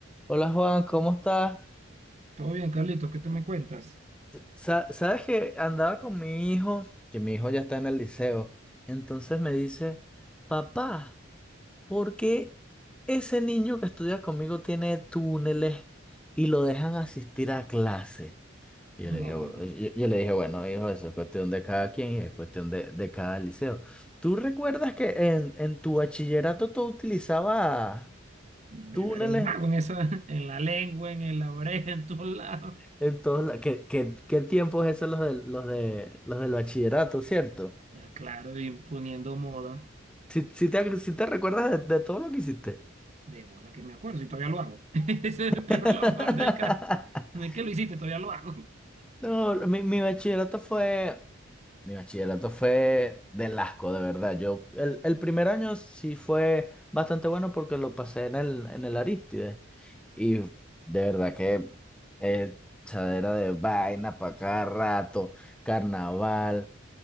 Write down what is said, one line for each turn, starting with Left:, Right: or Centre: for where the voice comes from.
Centre: Hola Juan, ¿cómo estás?
Right: Todo bien, Carlito, ¿qué te me cuentas?
Centre: Sa- sabes que andaba con mi hijo, que mi hijo ya está en el liceo, entonces me dice, papá, ¿por qué ese niño que estudia conmigo tiene túneles y lo dejan asistir a clase? Y
Right: No,
Centre: Yo le dije, "Bu- yo, yo le dije, bueno, hijo, eso es cuestión de cada quien y es cuestión de, de cada liceo. ¿Tú recuerdas que en, en tu bachillerato tú utilizabas
Right: yo,
Centre: túneles?
Right: yo era un mago en esa, <laughs> en la lengua, en, el- la oreja, en todos lados.
Centre: En todos la- ¿qué, qué, qué tiempos esos los de, los de los del bachillerato, ¿cierto?
Right: Ah, Claro, imponiendo moda.
Centre: Si, si te, si te recuerdas de, de todo lo que hiciste.
Right: De bola que me acuerdo, y todavía lo hago. <laughs> Ese es el peor,
Centre: <laughs>
Right: lo peor del caso. No es que lo hiciste, todavía lo hago. <laughs>
Centre: No, mi, mi bachillerato fue. Mi bachillerato fue del asco, de verdad. Yo, el, el primer año sí fue bastante bueno porque lo pasé en el, en el Arístide. Y de verdad que eh, chadera de vaina para cada rato, carnaval,